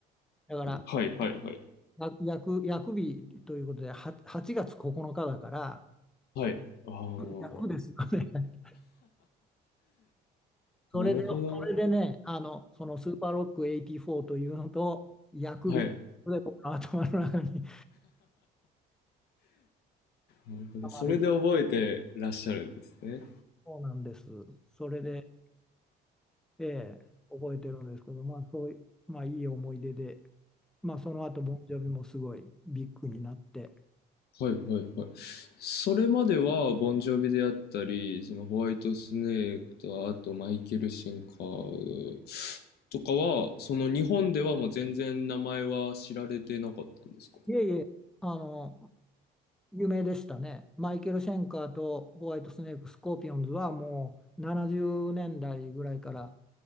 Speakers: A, in the centre; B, on the left.
A: だから、
B: はい。はい。はい。
A: や薬、薬日ということで、は8月9日だから、
B: はい。ああ。
A: 薬薬ですよね。<laughs> それで、
B: なるほどね。
A: それでね、あの、そのスーパーロック84というのと、薬日で僕の頭の中に
B: はい。なるほど。
A: <laughs>。溜まれ
B: それで覚えてらっしゃるんですね。
A: そうなんです。それで、ええ、覚えてるんですけど、まあ、そういう、まあ、いい思い出で、まあ、その後、ボンジョビもすごいビッグになって、
B: はいはいはい。それまでは、ボンジョビであったり、そのホワイトスネークと、あとマイケル・シンカーとかは、その日本ではもう全然名前は知られてなかったんですか
A: いえいえ、あの、有名でしたね。マイケル・シェンカーとホワイトスネーク、スコーピオンズはもう70年代ぐらいから